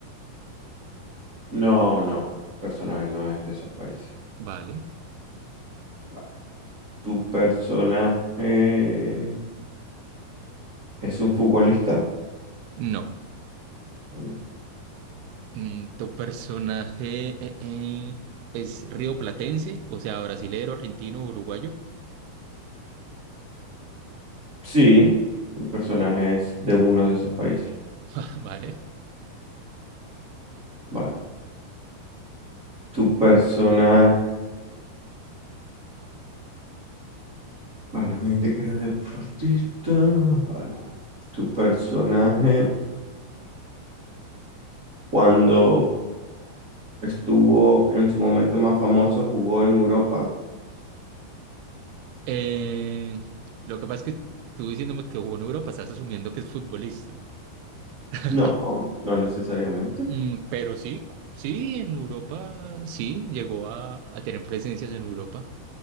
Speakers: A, on the right; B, on the right.
A: No, no. el Personaje no es de esos países.
B: ¿Vale?
A: Vale. ¿Tu personaje es un futbolista?
B: No.
A: Ok.
B: Mm, ¿Tu personaje eh, eh, es rioplatense, o sea, brasilero, argentino, uruguayo?
A: Sí, mi personaje es de uno de esos países.
B: <laughs> ¿Vale?
A: Vale. ¿Tu personaje... Vale, me dijiste que era deportista. Vale. ¿Tu personaje cuando estuvo en su momento más famoso jugó en Europa?
B: Eh, lo que pasa es que tú diciéndome que jugó en Europa, estás asumiendo que es futbolista. <laughs>
A: No, no necesariamente.
B: Mm, pero sí, sí, en Europa, sí, llegó a, a tener presencias en Europa.